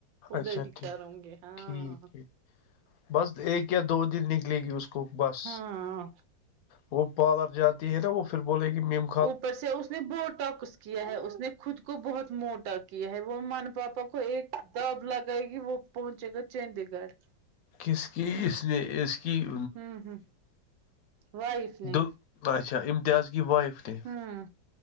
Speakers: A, on the right; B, on the left.
A: ادھر
B: اچھا
A: ہی کروں
B: ٹھیک
A: گے ہاں
B: ہے بس ایک یا دو دن نک ے گی اس کو بس
A: ہاں
B: وہ پارر جاتی ہے نا وہ پھر ب گی م
A: اوپر سے اس نے بوٹ کچھ کیا ہے اس نے خود کو بہت موٹا کیا ہے وہ من پاپا کو ایک دب لگائے گی وہ پہنچے گا چنندی گڑھ
B: کس کی اس نے اس کیب
A: ہوں ہوں وائف نے
B: دل اچھا امتیاز کیی وائف نے
A: ہاں